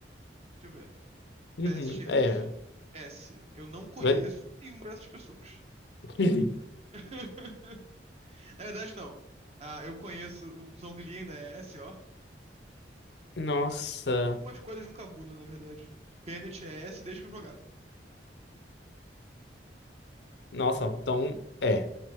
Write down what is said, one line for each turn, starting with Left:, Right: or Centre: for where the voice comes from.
Right: Deixa eu ver. Best
Left: Uhum.
Right: Tier
Left: É.
Right: List. S. Eu não conheço
Left: Vai-
Right: nenhuma dessas pessoas.
Left: <laughs>
Right: <laughs> Na verdade, não. Ah, eu conheço o Zhongli ainda é S, ó.
Left: Nossa.
Right: Algumas coisas nunca mudam, na verdade. Bennett é S desde que eu jogava.
Left: Nossa, então, é.